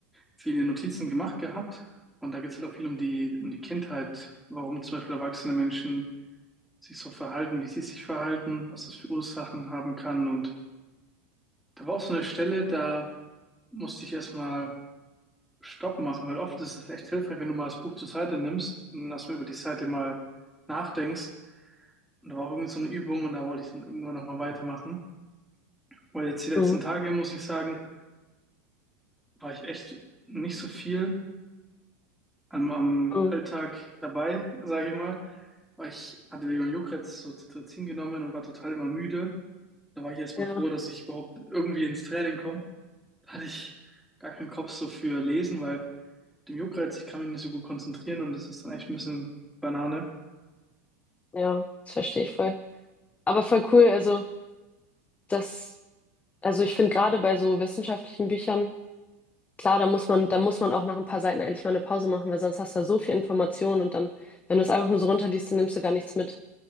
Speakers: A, in the centre; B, on the left.
A: viele Notizen gemacht gehabt und da geht es halt auch viel um die, um die Kindheit, warum zum Beispiel erwachsene Menschen sich so verhalten, wie sie sich verhalten, was das für Ursachen haben kann. Und da war auch so eine Stelle, da musste ich erstmal Stopp machen, weil oft ist es echt hilfreich, wenn du mal das Buch zur Seite nimmst und erstmal über die Seite mal nachdenkst. Und da war auch irgendwie so eine Übung und da wollte ich dann irgendwann nochmal weitermachen. Weil jetzt die letzten
B: Mhm.
A: Tage, muss ich sagen, war ich echt nicht so viel am, am
B: Mhm.
A: Alltag dabei, sage ich mal. Weil ich hatte wegen dem Juckreiz so Cetirizin genommen und war total immer müde. Da war ich erstmal
B: Ja,
A: froh, dass ich überhaupt irgendwie ins Training komme. Da hatte ich gar keinen Kopf so für Lesen, weil mit dem Juckreiz, ich kann mich nicht so gut konzentrieren und das ist dann echt ein bisschen Banane.
B: ja, das verstehe ich voll. Aber voll cool, also das, also ich finde gerade bei so wissenschaftlichen Büchern Klar, da muss man, da muss man auch nach ein paar Seiten eigentlich mal eine Pause machen, weil sonst hast du ja so viel Information und dann, wenn du es einfach nur so runterliest, dann nimmst du gar nichts mit.